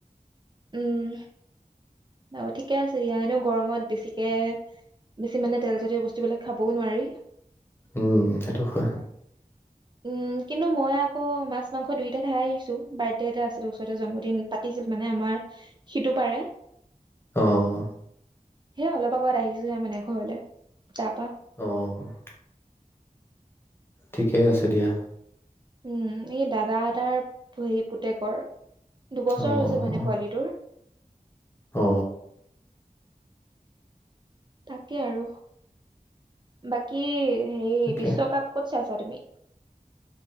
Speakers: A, on the right; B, on the left.
A: উম। অ ঠিকে আছে। তেতিয়া এনেও গৰমত বেছিকে বেছি মানে তেলজাতীয় বস্তু বিলাক খাবও নোৱাৰি।
B: উম সেইটো হয়।
A: উম কিন্তু মই আকৌ মাছ মাংস দুইটা খাই আহিছো বাৰ্থডে এটা আছিল, ওচৰতে জন্মদিন, পাতিছিল মানে আমাৰ সিটো পাৰে।
B: অ-অ
A: সেয়া অলপ আগত আহিছোহে মানে ঘৰলে, তাৰপা
B: অ- ঠিকেই আছে দিয়া।
A: উম, এই দাদাৰ এটাৰ টেকৰ দুবছৰ
B: অ'
A: হৈছে মানে
B: অ'
A: পোৱালিটোৰ।
B: অ
A: তাকে আৰু, বাকী এইেই
B: তাকে
A: বিশ্বকাপ ক'ত চাইছে? তুমি